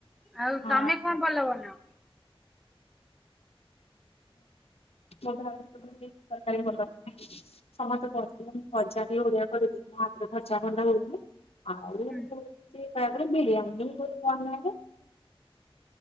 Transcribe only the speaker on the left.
ହଁ
<inaudible> ତର୍କାରି ଭଲ। ସମସ୍ତେ କହିଥିଲେ ମୁ ଭଜା ଟିକେ ଅଧିକା କରିଦେଲେ ମୋ ହାତରେ ଭଜା ଭଲ ହୁଏନି ଆଉ
ସିଏ ତାପରେ ବିରିଆନି କଲେ